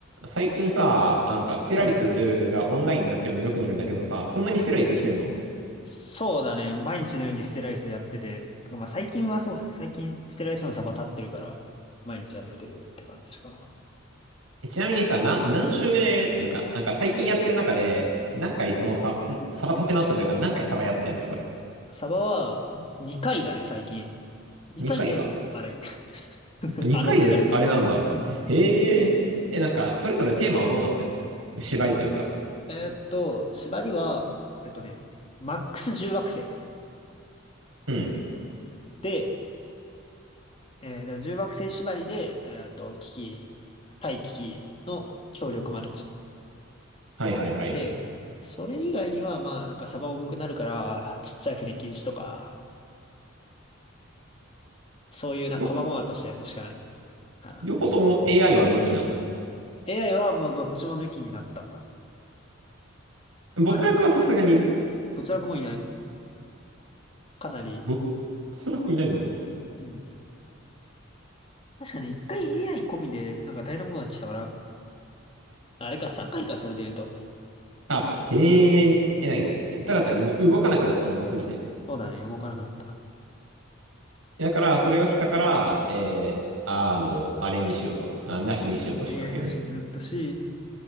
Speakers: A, on the right; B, on the left.
A: 最近さ、あ、なんか、ステラリスがオンラインになってるのよく見るんだけどさ、
B: うん。
A: そんなにステラリスしてんの
B: そうだね。毎日のようにステライスやってて。とかまあ最近はそうだね。最近ステライスのサバ立ってるから、毎日やってるって感じかな。
A: えちなみにさ、な、何週目というか、なんか最近やってる中で、何回そのサ、
B: うん。
A: んサバ立て直したというか、何回サバやってんのそれ。
B: サバは2回だね、最近。2回で、
A: 2回か。
B: あれ。<laughs>
A: 2回です。
B: あの低たらく。
A: あれなんだ。
B: <laughs>
A: へえ。え、なんか、それぞれテーマはどうなってんの縛りというか。
B: えーっと、縛りは、えっとね、マックス1惑星
A: うん。
B: で、えー、だからじゅう惑星縛りで、えーっと、機器、対危機器の強力マルチ。
A: はいはいはい。
B: で、それ以外には、まあ、なんかサバ重くなるから、ちっちゃい船禁止とか、そういうな、
A: よ、
B: 細々としたやつしかないかな。
A: 両方とも
B: し
A: AI は抜きなの
B: AI はもうどっちも抜きになった。
A: 没落はさすがにいる
B: あれどちらかもいない。かなり、
A: 没落いないんだ。
B: うん。確かね、一回 AI 込みで、なんか大変なことになっちゃったから、あれか、3回かいか、それで言うと。
A: あ、へえ。え、なにただ単にもう動かなくなったの多すぎて。
B: そうだね、動かなくなった。
A: だから、それが来たから、えー、あの、あれにしようと。あ、なしにしようとしたわけね。
B: うん、AI なしになったし、